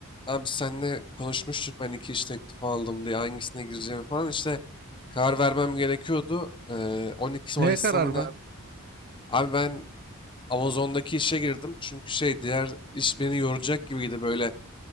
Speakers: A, on the left; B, on the right.
A: Abi senle konuşmuştuk ben iki iş teklifi aldım diye hangisine gireceğimi falan işte karar vermem gerekiyordu. Ee, 12
B: Neye
A: Mayıs'ta
B: karar
A: mı ne?
B: verdin?
A: Abi ben Amazon'daki işe girdim çünkü şey diğer iş beni yoracak gibiydi böyle